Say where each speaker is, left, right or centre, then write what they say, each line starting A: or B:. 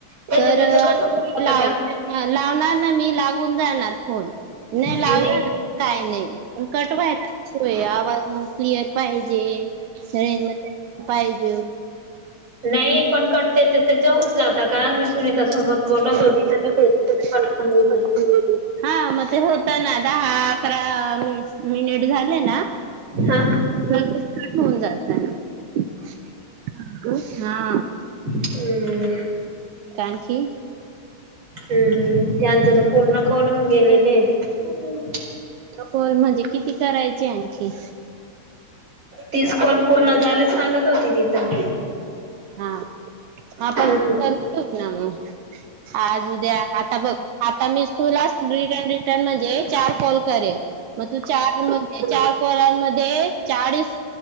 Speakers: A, on the right; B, on the right.
A: त्याच्या
B: तर
A: त्याच्या कट होता
B: <inaudible> लाव
A: का
B: लावणार ना मी लागून जाणार फोन नाय लावला
A: नाही
B: ना काही नाही पण कट व्हायला नकोय आवाज क्लिअर पाहिजे रेंज मध्ये पाहिजे
A: नाही पण कट त्याच्या त्याच्या होऊन जाता का मी
B: <unintelligible>
A: सुनीता सोबत बोलत होती कट होऊन गेलं
B: हा मग ते होता ना <unintelligible> अकरा मिनिट झाले ना
A: हा
B: तर ते कट होऊन जातं <unintelligible> हा
A: हम्
B: काय आणखी
A: हम्म त्यांचं तर पूर्ण <unintelligible> गेलेले आहेत हम्
B: होय म्हणजे किती करायचे आणखी
A: तीस कॉल पूर्ण झाल्यास सांगत होती तिथं
B: हा आपण
A: हम्म
B: करून ठेऊ ना मग आज उद्या आता बघ आता मी <unintelligible> न म्हणजे चार कॉल करे मग तू चार म्हणजे चार परमध्ये चाळीस